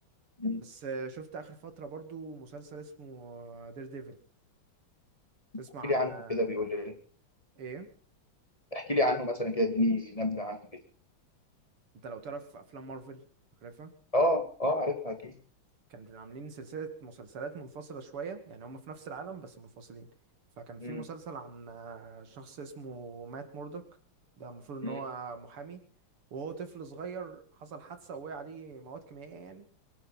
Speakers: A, on the left; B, on the right.
A: مم.
B: بس آه، شفت اخر فترة برضو مسلسل اسمه دير ديفل تسمع
A: احكي لي
B: عن
A: عنه
B: آه،
A: كده بيقول لي إيه؟
B: ايه
A: احكي لي عنه مثلا كده اديني نبذه عنه كده
B: انت لو تعرف افلام مارفل عارفها
A: اه اه عارفها اكيد
B: كانوا عاملين سلسله مسلسلات منفصله شويه يعني هم في نفس العالم بس منفصلين فكان في
A: مم.
B: مسلسل عن آه، شخص اسمه مات موردوك ده المفروض ان
A: مم.
B: هو محامي وهو طفل صغير حصل حادثه وقع عليه مواد كيميائيه يعني